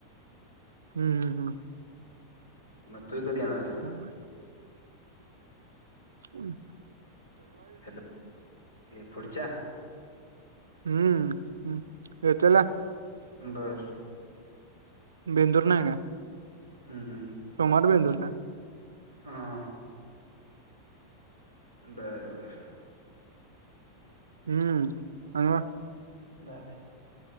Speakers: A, on the right; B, on the left.
A: हू हम्म.
B: मग तू कधी येणार आहेस इकडें?
A: हम्म हम् <unintelligible>
B: हॅलो. हे पुढच्या
A: हूमम येतेल्या
B: बरं.
A: बेंदूर नाही ए का?
B: हू हुं.
A: सोमवारी बेंदूर ना.
B: हा हा. बर बर.
A: हम्म सोमवार.
B: दाद्या